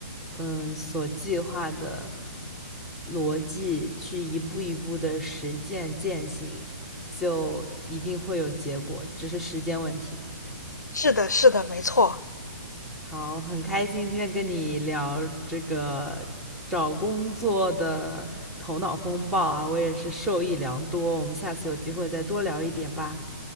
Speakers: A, in the centre; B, on the left (about 80°).
A: 嗯所计划的逻辑去一步一步的实践践行，就一定会有结果，只是时间问题。
B: 是的，是的，没错。
A: 好，很开心今天跟你聊这个找工作的头脑风暴啊，我也是受益良多。我们下次有机会再多聊一点吧。